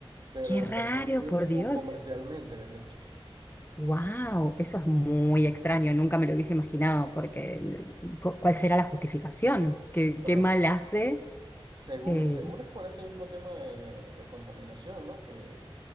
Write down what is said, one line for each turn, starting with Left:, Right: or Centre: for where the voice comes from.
Right: pero
Left: Qué raro,
Right: está prohibido
Left: por
Right: como
Left: Dios.
Right: comercialmente vender chicle.
Left: Wow, eso es muy extraño, nunca me lo hubiese imaginado, porque mm, cu- ¿cuál será la justificación? ¿Qué,
Right: Bueno,
Left: qué mal hace
Right: Según,
Left: eh,
Right: según es por ese mismo tema de, de- de contaminación, ¿no? Que,